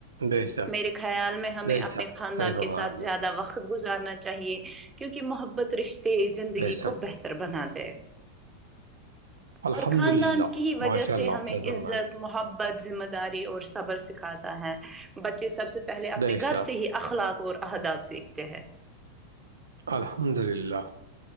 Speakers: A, on the right (about 70°); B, on the right (about 15°).
A: بے شک
B: میرے خیال میں ہمیں
A: بے
B: اپنے
A: شک
B: خاندان
A: صحیح فرمایا
B: کے ساتھ
A: آپ نے
B: زیادہ وقت خ گزارنا چاہیے کیونکہ محبت رشتے زندگی
A: بے شک
B: کو بہتر بنا دے
A: الحمد
B: اور خاندان
A: للہ
B: کی ہی وجہ
A: ماشاء
B: سے
A: اللہ
B: ہمیں
A: صحیح
B: عزت
A: فرمایا
B: محبت ذمہ داری اور صبر سکھاتا ہے بچے سب سے پہلے اپنے
A: بے
B: گھر
A: شک
B: سے ہی اخلاق اور اہداب سیکھتے ہیں
A: الحمد للہ